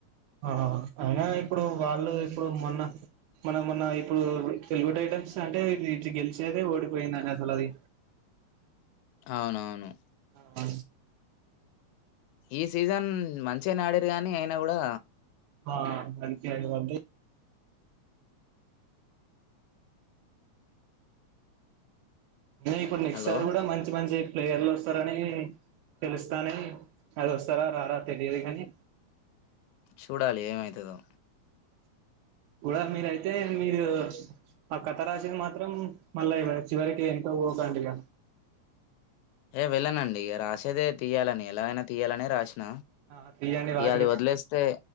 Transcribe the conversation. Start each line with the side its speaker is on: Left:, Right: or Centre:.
Right: ఆ అయినా ఇప్పుడు వాళ్ళు ఇప్పుడు మన మనం మొన్న ఇప్పుడు తెలుగు టైటమ్స్ అంటే ఇది చి గెలిచేదా ఓడిపోయిందనా అసలు అది.
Left: అవునవును
Right: ఆ
Left: ఈ సీజన్ మంచిగానే ఆడిర్రు గాని అయినా గూడా
Right: ఆ అందుకే <unintelligible> దే ఇప్పుడు నెక్స్ట్
Left: హలో
Right: సారి గూడా మంచి మంచి ప్లేయర్లు వస్తారని తెలుస్తానే అది వస్తారా రారా తెలీదు గానీ
Left: చూడాలి ఏమయితదో
Right: కూడా మీరయితే మీరు ఆ కథ రాసేది మాత్రం మళ్ళా ఇవ్ చివరికి ఇగ పోతాంటి ఇగ
Left: ఏ వెళ్ళనండి ఇగ రాస్ సేదే తీయాలని ఎలా ఐనా తీయాలనే రాసిన.
Right: ఆ! తీయండి వాటికి
Left: ఇగ అది వదిలేస్తే